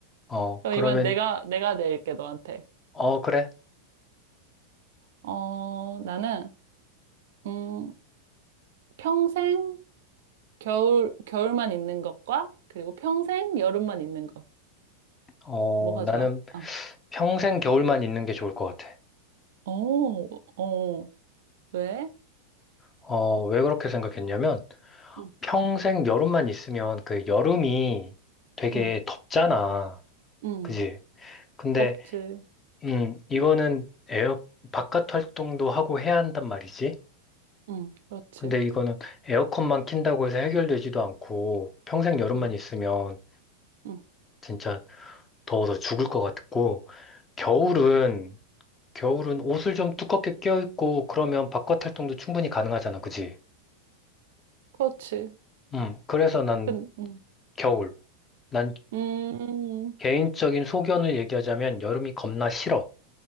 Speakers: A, on the left (about 20°); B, on the right (about 55°).
A: 어,
B: 그럼
A: 그러면
B: 이번엔 내가, 내가 낼게, 너한테.
A: 어, 그래.
B: 어, 나는, 음, 평생 겨울, 겨울만 있는 것과 그리고 평생 여름만 있는 것.
A: 어,
B: 뭐가
A: 나는
B: 좋아? 어.
A: 평생 겨울만 있는 게 좋을 것 같아.
B: 오 어. 왜?
A: 어, 왜 그렇게 생각했냐면,
B: 응,
A: 평생 여름만 있으면 그 여름이 되게
B: 응,
A: 덥잖아.
B: 응.
A: 그지? 근데,
B: 덥지.
A: 음, 이거는 에어, 바깥 활동도 하고 해야 한단 말이지.
B: 응, 그렇지.
A: 근데 이거는 에어컨만 킨다고 해서 해결되지도 않고, 평생 여름만
B: 응,
A: 있으면
B: 응.
A: 진짜 더워서 죽을 것 같고, 겨울은, 겨울은 옷을 좀 두껍게 껴입고, 그러면 바깥 활동도 충분히 가능하잖아. 그지?
B: 그렇지.
A: 음, 그래서 난
B: 근, 응.
A: 겨울. 난
B: 음.
A: 개인적인 소견을 얘기하자면 여름이 겁나 싫어.